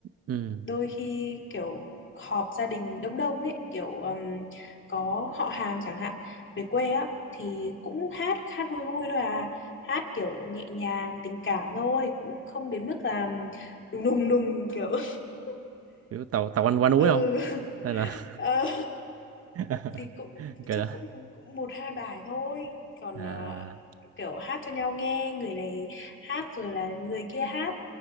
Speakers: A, on the right; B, on the left.
A: ừ,
B: đôi khi kiểu họp gia đình đông đông ấy, kiểu ừm, có họ hàng chẳng hạn về quê á thì cũng hát hát vui vui thôi à, hát kiểu nhẹ nhàng tình cảm thôi, cũng không đến mức là đùng đùng đùng kiểu <laughs>
A: kiểu tàu tàu anh qua núi
B: ừ
A: không? Hay là
B: Ờ,
A: <laughs>
B: thì cũng
A: cái
B: chắc
A: đó.
B: cũng cũng, cũng một hai bài thôi, còn
A: À
B: ờ, kiểu hát cho nhau nghe, người này hát rồi là người kia hát.